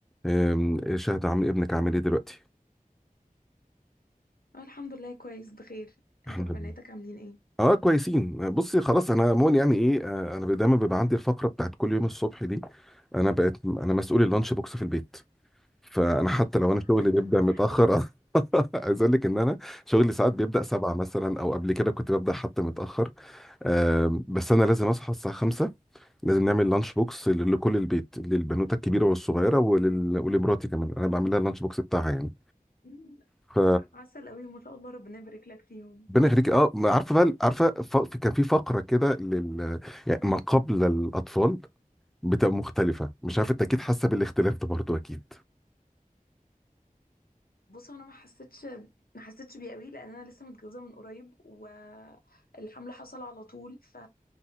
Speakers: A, in the centre; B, on the left.
A: أم، شهد عم ابنك عامل ايه دلوقتي
B: اه الحمد لله كويس بخير
A: الحمد
B: انت بناتك
A: لله
B: عاملين ايه
A: اه كويسين بصي خلاص انا عموما يعني ايه آه، انا دايما بيبقى عندي الفقره بتاعت كل يوم الصبح دي انا بقيت انا مسؤول اللانش بوكس في البيت فانا حتى لو انا شغلي
B: <laughs>
A: بيبدا متاخر <laughs> آه، عايز اقول لك ان انا شغلي ساعات بيبدا سبعة مثلا او قبل كده كنت ببدا حتى متاخر آم، بس انا لازم اصحى الساعه خمسة لازم نعمل لانش بوكس ل- لكل البيت للبنوته الكبيره والصغيره ولل... ولمراتي كمان انا بعمل لها اللانش بوكس بتاعها يعني
B: مم،
A: ف
B: ع- عسل قوي ما شاء الله ربنا يبارك لك فيهم
A: ربنا يخليك اه ما عارفه بقى عارفه ف- في- كان في فقره كده لل يعني ما قبل الاطفال بتبقى مختلفه مش عارف انت اكيد حاسه بالاختلاف ده برضو اكيد
B: بص انا ما حسيتش ما حسيتش بيه قوي لان انا لسه متجوزه من قريب والحمل حصل على طول ف